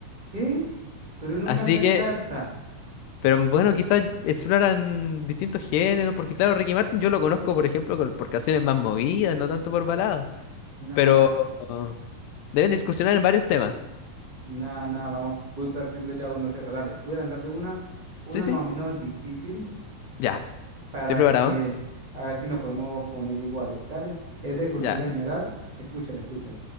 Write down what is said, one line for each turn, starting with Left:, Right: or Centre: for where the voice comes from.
Right: ¿Qué? Pero no
Left: Así
Right: canta
Left: que
Right: salsa.
Left: Pero bueno, quizás exploran distintos géneros, porque claro, Ricky Martin yo lo conozco, por ejemplo, con- por canciones más movidas, no tanto por baladas.
Right: Nah,
Left: Pero uh, deben discusionar en varios temas.
Right: nah, nah, vamos, voy perdiendo ya uno cero. Dale, voy a lanzarle una, una
Left: Sí,
Right: más
Left: sí,
Right: o menos difícil.
Left: ya.
Right: para
Left: Estoy preparado.
Right: que a ver si nos podemos poner iguales. Dale, es de cultura
Left: Ya,
Right: general. Escúchala, escúchala.